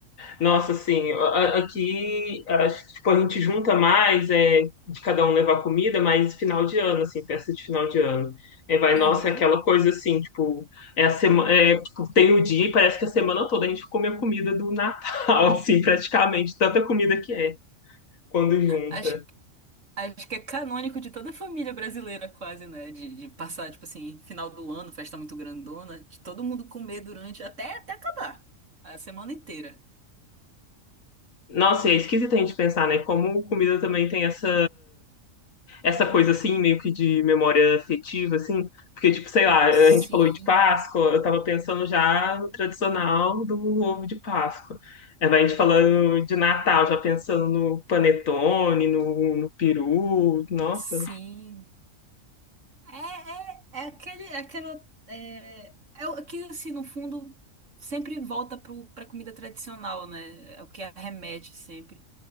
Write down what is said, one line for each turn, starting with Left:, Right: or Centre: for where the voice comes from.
Left: Nossa, assim, a- aqui acho que tipo, a gente junta mais é, de cada um levar comida, mas final de ano, assim, festa de final de ano. É, vai,
Right: Uhum.
Left: nossa, é aquela coisa assim, tipo, é a semana, é, tipo, tem o dia e parece que a semana toda a gente come a comida do Natal, <laughs> assim, praticamente, tanta comida que é quando junta.
Right: Acho, acho que é canônico de toda a família brasileira, quase, né? De, de passar, tipo assim, final do ano, festa muito grandona, de todo mundo comer durante até, até acabar a semana inteira.
Left: Nossa, é esquisito a gente pensar, né? Como comida também tem essa essa coisa assim, meio que de memória afetiva, assim, porque, tipo, sei lá, a
Right: Sim,
Left: gente falou de Páscoa, eu tava pensando já no tradicional do ovo de Páscoa. Aí vai a gente falando de Natal, já pensando no panetone, no, no peru, nossa.
Right: sim. É, é, é aquele, é aquela, é, é o que, assim, no fundo, sempre volta pro, pra comida tradicional, né? É o que arremete sempre.